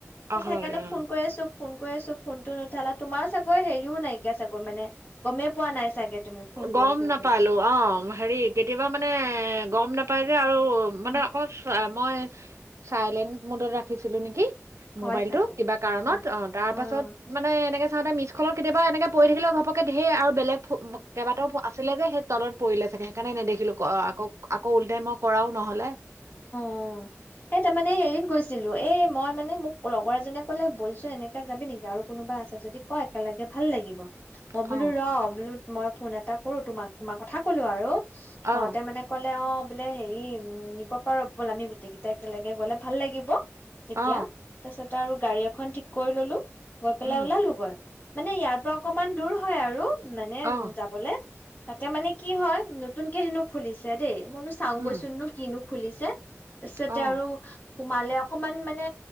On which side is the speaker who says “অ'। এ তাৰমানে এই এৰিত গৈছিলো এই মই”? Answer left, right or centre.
Left